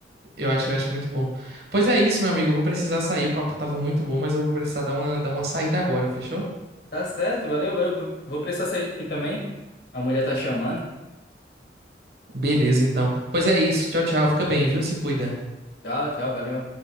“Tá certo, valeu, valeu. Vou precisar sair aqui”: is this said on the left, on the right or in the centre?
Left